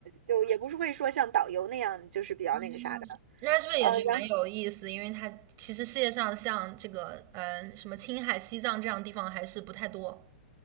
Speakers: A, on the right (about 65°); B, on the right (about 40°).
A: 就也不是会说像导游那样，就是比较那个啥的，
B: 嗯，那是不是也觉得蛮有意思？
A: 呃，然后
B: 因为他其实世界上像这个，嗯、什么青海、西藏这样的地方还是不太多。